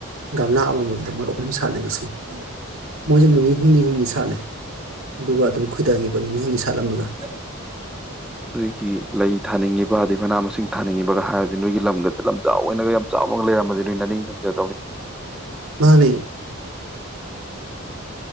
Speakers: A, on the right; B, in the centre.
A: ꯒꯝꯂꯥ ꯑꯃꯃꯝꯗ ꯃꯣꯏ ꯑꯍꯨꯝ ꯁꯥꯠꯂꯦ ꯉꯁꯤ ꯃꯣꯏꯁꯨ ꯅꯨꯃꯤꯠ ꯍꯨꯝꯅꯤ ꯍꯨꯝꯅꯤ ꯁꯥꯠꯂꯦ ꯑꯗꯨꯒ
B: ꯎꯝ
A: ꯑꯗꯨꯝ ꯈꯣꯏꯗꯥ ꯄ ꯅꯨꯃꯤꯅꯤꯠ ꯍꯨꯝꯅꯤ ꯁꯥꯠꯂꯝꯃꯒ
B: ꯑꯩꯏꯒꯤ ꯂꯩ ꯊꯥꯅꯤꯡꯉꯤꯕ ꯃꯅꯥ ꯃꯁꯤꯡ ꯊꯥꯅꯤꯡꯉꯤꯕꯒ ꯍꯥꯏꯔꯗꯤ ꯅꯣꯏꯒꯤ ꯂꯝꯒꯗ ꯁ ꯂꯝꯆꯥꯎ ꯑꯣꯏꯅꯒ ꯌꯥꯝ ꯆꯥꯎꯅꯒ ꯂꯩꯔꯃꯗꯤ ꯅꯣꯏ ꯅ ꯅꯤꯡ ꯊꯪꯖꯔꯦ
A: ꯃꯥꯅꯤ